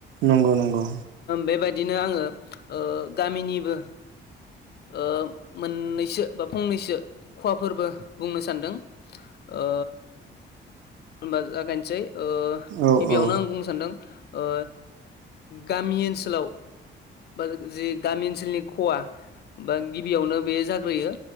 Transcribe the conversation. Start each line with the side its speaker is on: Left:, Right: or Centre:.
Right: नंगौ नंगौ
Left: बेबायदिनो आंङो ओ गामिनिबो ओ मोननैसो बा फंनैसो खहाफोरबो बुंनो सानदों। ओ होनबा जागायनोसै ओ।
Right: औ
Left: गिबियावनो
Right: औ
Left: आं बुंनो सानदों ओ गामि ओनसोलाव बा जि गामि ओनसोलनि खहा बा गिबियावनो बे जाग्रोयो